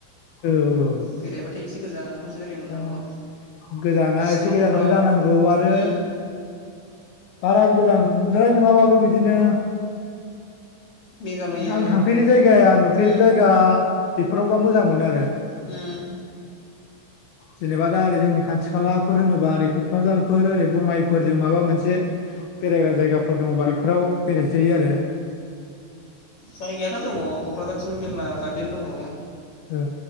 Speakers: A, on the left; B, on the left.
A: औ औ
B: बेरायबाथाय एसे गोजानावसो बेरायनो मोननांगौ
A: दा गोजाना
B: शिलंफ्राव
A: एसे गोजानबो जानांगौ आरो
B: ओम
A: बारा गोजानद्राय नङाबाबो बिदिनो
B: मेघालय एरियाफ्राव
A: आं थांफेरि जायगाया
B: उम
A: नुफेरि जायगा बेफोरावबा मोजां मोनो आरो।
B: उम।
A: जेनेबा दा ओरै जोंनि खाथि खालाफोर होनोबा ओरै क'क्राझारफोर ओरै बङाइफोरजों माबा मोनसे बेरायग्रा जायगाफोर दङबा बेफोराव बेराय जायो आरो।
B: जायगायाथ' दङ क'क्राझारथिंबो मेरला गार्देन दङ।
A: औ।